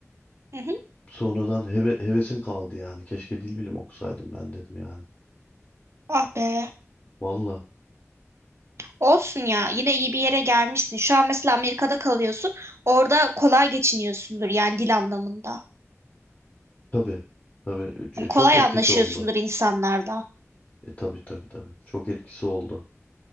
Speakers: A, on the right (about 60°); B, on the left (about 25°).
A: hı hı.
B: Sonradan heve- hevesim kaldı yani. Keşke dil bilim okusaydım ben dedim yani.
A: Ah be.
B: Valla.
A: Olsun ya yine iyi bir yere gelmişsin. Şu an mesela Amerika'da kalıyorsun. Orada kolay geçiniyorsundur yani dil anlamında.
B: Tabii. Tabii. E,
A: Hani
B: e, çok
A: kolay
B: etkisi
A: anlaşıyorsundur
B: oldu.
A: insanlarda.
B: E tabii tabii tabii. Çok etkisi oldu.